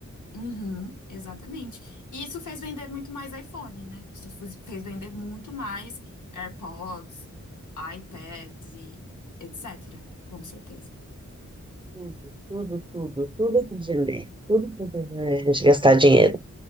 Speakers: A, on the left (about 75°); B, on the right (about 20°).
A: uhum, exatamente. E isso fez vender muito mais iPhone, né? Isso fu- fez vender muito mais AirPods, iPads e etc. Com certeza.
B: Tudo, tudo, tudo, tudo que vender, tudo que vender, a gente gastar dinheiro.